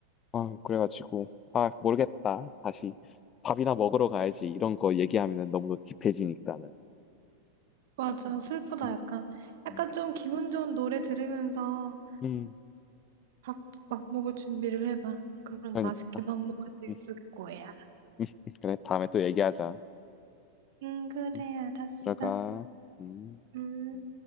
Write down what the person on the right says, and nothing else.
맞아. 슬프다,
약간. 약간
좀 기분 좋은 노래 들으면서
밥, 밥 먹을 준비를 해봐. 그럼
맛있게 밥 먹을 수 있을
거야.
응, 그래,
알았어.
음.